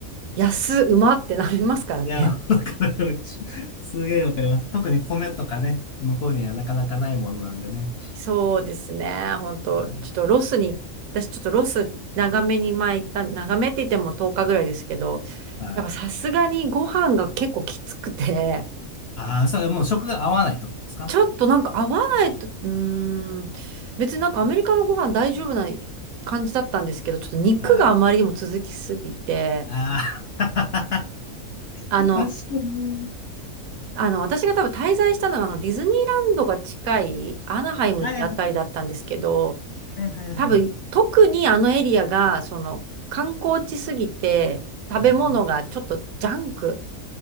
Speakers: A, on the right (about 75°); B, on the left (about 60°).
A: 安、うまってなりますからね。
B: いや、わかる。ちすげえわかります。特に米とかね、向こうにはなかなかないものなんでね。
A: そうですね。
B: うん
A: 本当ちょっとロスに、私ちょっとロス長めに前行った、長めって言っても10日ぐらいですけど、
B: はい。
A: やっぱさすがにご飯が結構きつくて、
B: ああ、それもう食が合わないってことですか
A: ちょっとなんか合わないと、うーん、別になんかアメリカのご飯大丈夫な感じだったんですけど、ちょっと肉があまりにも続きすぎて、
B: はい。ああ、<laughs>
A: あの、
B: 確かに。
A: あの、私が多分滞在したのがあのディズニーランドが近いアナハイムってあたりだったんですけど、
B: はいはいはいはいはい。
A: 多分、特にあのエリアが、その、観光地すぎて、食べ物がちょっとジャンク
B: はい、